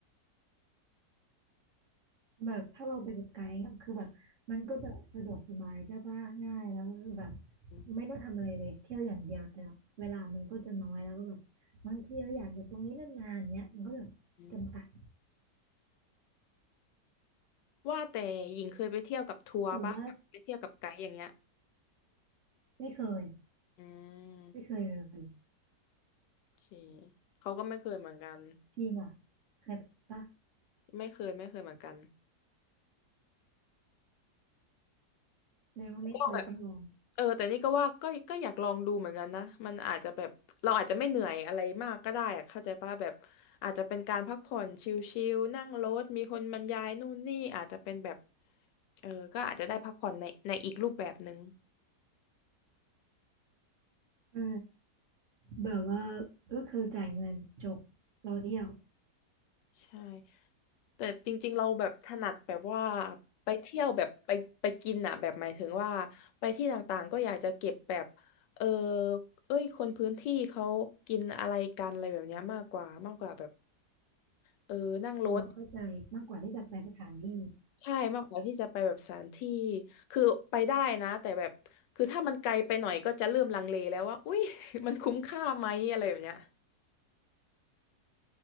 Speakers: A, on the right; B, on the left.
A: แบบถ้าเราไปกับไกด์อะคือแบบมันก็จะสะดวกสบายใช่ปะง่ายแล้วก็แบบ
B: อืม
A: ไม่ต้องทำอะไรเลยเที่ยวอย่างเดียวแต่เวลามันก็จะน้อยแล้วก็แบบบางทีเราอยากอยู่ตรงนี้นานๆเนี้ยมันก็แบบจำกัด
B: อืมว่าแต่หญิงเคยไปเที่ยวกับทัวร์ปะแบบไปเที่ยวกับไกด์อย่างเงี้ย
A: แต่ว่าไม่เคย
B: อืม
A: ไม่เคยเลย
B: โอเคเขาก็ไม่เคยเหมือนกัน
A: ทีมล่ะเคยปะ
B: ไม่เคยไม่เคยเหมือนกัน
A: แสดงว่าไม่เคยต้องลอง
B: ก็แบบเออแต่นี่ก็ว่าก็ก็อยากลองดูเหมือนกันนะมันอาจจะแบบเราอาจจะไม่เหนื่อยอะไรมาก ก็ได้อะเข้าใจป่ะแบบอาจจะเป็นการพักผ่อนชิลๆนั่งรถ มีคนบรรยายนู่นนี่อาจจะเป็นแบบเออก็อาจจะได้พักผ่อนในในอีกรูปแบบหนึ่ง
A: ใช่แบบว่าก็คือจ่ายเงินจบรอเที่ยว
B: ใช่ แต่จริงๆเราแบบถนัดแบบว่าไปเที่ยวแบบไปไปกินอะแบบหมายถึงว่าไปที่ต่างๆก็อยากจะเก็บแบบเออเอ้ยคนพื้นที่เขากินอะไรกันอะไรแบบเนี้ยมากกว่ามากกว่าแบบเออนั่งรถ
A: อ๋อเข้าใจมากกว่าที่จะไปสถานที่
B: ใช่มากกว่าที่จะไปแบบสถานที่คือไปได้นะแต่แบบคือถ้ามันไกลไปหน่อยก็จะเริ่มลังเลแล้วว่าอุ้ย <laughs> มันคุ้มค่าไหมอะไรแบบเนี้ย